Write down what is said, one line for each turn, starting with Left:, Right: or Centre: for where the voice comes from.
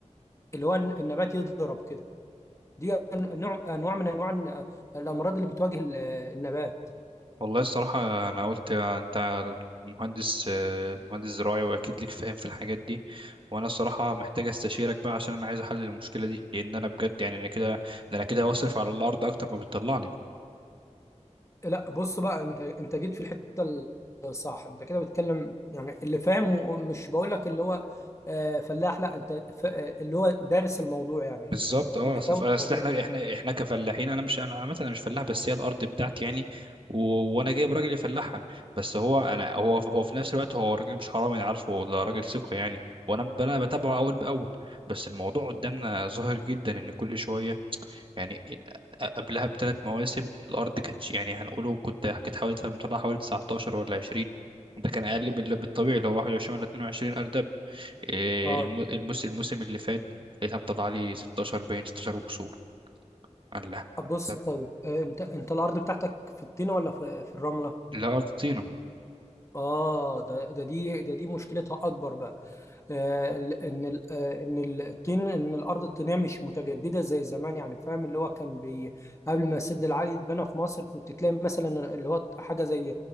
Left: اللي هو النبات يضرب كده دي نوع انواع من انواع الامراض اللي بتواجه ال- النبات
Right: والله الصراحة أنا قلت أنت مهندس آه، مهندس زراعي وأكيد ليك فاهم في الحاجات دي وأنا الصراحة محتاج أستشيرك بقى عشان أنا عايز أحل المشكلة دي لأن أنا بجد يعني أنا كده ده أنا كده بصرف على الأرض أكتر ما بتطلع لي
Left: لا بص بقى انت انت جيت في الحته الصح انت كده بتتكلم يعني اللي فاهم ومش بقول لك اللي هو آه، فلاح لا انت ف- آه، اللي هو دارس الموضوع يعني
Right: بالظبط اه
Left: محتوى
Right: اصل ف- اصل
Left: الموضوع
Right: احنا
Left: يعني.
Right: احنا احنا كفلاحين انا مش انا عامه انا مش فلاح بس هي الارض بتاعتي يعني و... وانا جايب راجل يفلحها بس هو انا هو هو في نفس الوقت هو راجل مش حرامي انا عارفه ده راجل ثقه يعني وانا ب- انا بتابعه اول باول بس الموضوع قدامنا ظاهر جدا ان كل شويه يعني إ- قبلها بثلاث مواسم الارض كانت يعني هنقوله كنت كانت حوالي مطلعها حوالي 19 ولا 20 ده كان اقل من من الطبيعي اللي هو 21 ولا 22 ارض إيه
Left: اه
Right: الم- الموس- الموسم اللي فات لقيتها مطلع لي 16 باين 16 وكسور قال لها
Left: بص
Right: طب
Left: طيب آه، انت انت الارض بتاعتك في الطينه ولا في في الرمله
Right: لا ارضينا
Left: اه ده ده دي ده دي مشكلتها اكبر بقى آه، ال- ان ال- آه، ان الطين ان الارض الطينيه مش متجدده زي زمان يعني فاهم اللي هو كان بي قبل ما السد العالي يتبنى في مصر كنت تلاقي مثلا اللي هو حاجه زي